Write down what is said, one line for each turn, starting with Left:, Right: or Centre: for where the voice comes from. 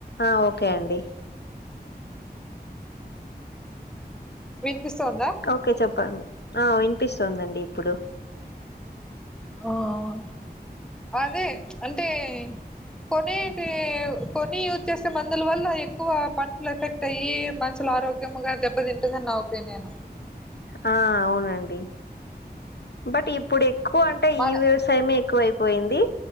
Left: ఆ ఓకే అండి
Centre: వినిపిస్తోందా
Left: ఓకే చెప్పండి ఆ విన్పిస్తుందండి ఇప్పుడు
Centre: ఆఆ అదే అంటే కొనేటి కొని యూస్ చేసే మందులు వల్ల ఎక్కువ పంటలు ఎఫె తయి మనుసుల ఆరోగ్యముగా దెబ్బ తింటుందని నా ఒపీనియను
Left: ఆ అవునండి బట్ ఇప్పుడు ఎక్కు పు అంటే
Centre: మన
Left: ఈ వ్యవసాయమే ఎక్కువ అయిపోయింది